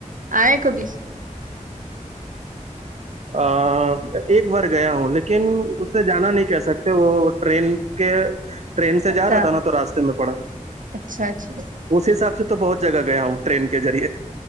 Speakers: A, on the right (about 85°); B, on the right (about 55°).
A: آئے کبھی
B: <inaudible> ایک بار گیا ہوں لیکن اس سے جانا نہیں کہ سکتے وہ ٹرین کے ٹرین سے
A: اچھا
B: جا رہا تھا نا تو راستے میں پڑا
A: اچھا اچھا
B: اس حساب سے تو بہت جگہ گیا ہوں ٹرین کے ذریعے